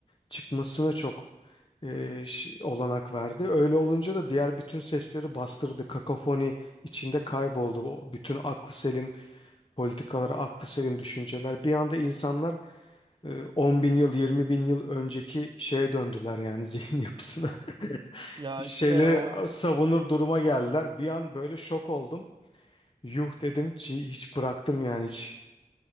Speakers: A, on the left; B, on the right.
A: çıkmasına çok e, ş- olanak verdi. Öyle olunca da diğer bütün sesleri bastırdı. Kakafoni içinde kayboldu. O bütün aklı selim politikaları, aklı selim düşünceler. Bir anda insanlar e, 10 bin yıl, 20 bin yıl önceki şeye döndüler yani zihin yapısına. <laughs>
B: ya
A: Bir şeyleri
B: işte o
A: savunur duruma geldiler. Bir an böyle şok oldum. Yuh dedim ki hiç bıraktım yani hiç